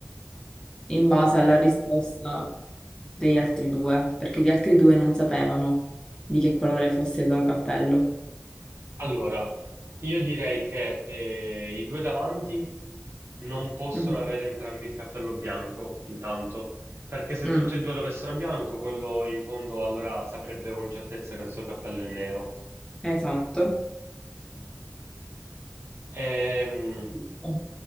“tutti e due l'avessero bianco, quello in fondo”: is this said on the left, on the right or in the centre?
Right